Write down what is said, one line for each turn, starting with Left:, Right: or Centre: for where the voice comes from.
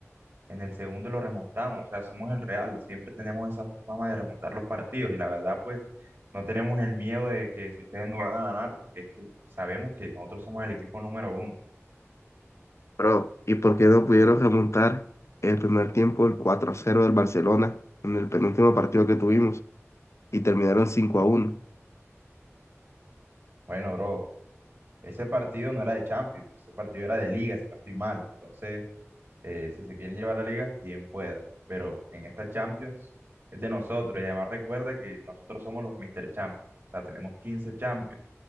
Right: En el segundo lo remontamos, o sea, somos el Real, siempre tenemos esa fama de remontar los partidos y la verdad, pues no tenemos el miedo de que si ustedes no van a ganar, porque es que sabemos que nosotros somos el equipo número uno.
Left: Bro, ¿y por qué no pudieron remontar el primer tiempo, el 4 a cero del Barcelona, en el penúltimo partido que tuvimos, y terminaron 5 a uno?
Right: Bueno, bro, ese partido no era de Champions, ese partido era de Liga, si no estoy mal. Entonces, eh, si se quieren llevar la Liga, bien pueda, pero en esta Champions es de nosotros y además recuerda que nosotros somos los Mr. Champions, o sea, tenemos 15 Champions.